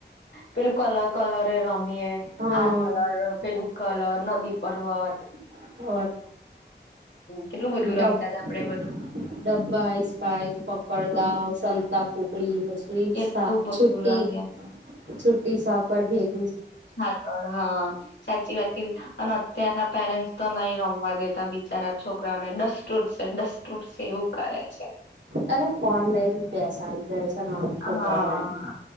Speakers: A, on the left; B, on the right.
A: પેલું કલર કલર રંગ રમીએ
B: હા
A: આ કલર પેલું કલર નદી પ. <unintelligible>
B: <unintelligible>
A: કેટલું બધું
B: ડબ્બાઈ
A: રમતા હતા આપડે બધું
B: આઈસ્પાઈસ પકડાવો
A: હા
B: કોકડી
A: કેટલું
B: <unintelligible>
A: બધું રમ્યા
B: છુટી સાકળ ભેગ
A: હા કર હા સાચી વાત કીધી અને અત્યારના પેરેન્ટ્સ તો નહી રમવા દેતા બિચારા છોકરાઓને ડસ્ટ ઉઠશે ડસ્ટ ઉઠશે એવું કરે છે
B: અરે ઓનલાઈન પેસા આવી છે નાના
A: હા
B: છોકરાઓને